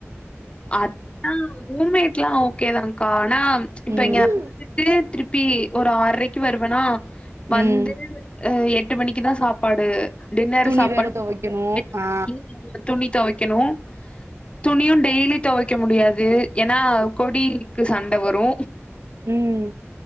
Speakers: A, on the left; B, on the right.
A: அதுதா ரூம்மேட்லா ஓகேதான்கா ஆனா இப்ப
B: ம்
A: இங்க வந்துட்டு திருப்பி ஒரு ஆறரைக்கு வருவனா வந்து
B: ம்
A: எட்டு மணிக்குதா சாப்பாடு டின்னர்
B: துணி
A: சாப்பாடு
B: வேற துவைக்கணு
A: எட்டு மணிக்கு
B: ஆ
A: துணி தொவைக்கணு துணியு டெய்லி தொவைக்க முடியாது ஏனா கொடிக்கு சண்ட வரு
B: ம்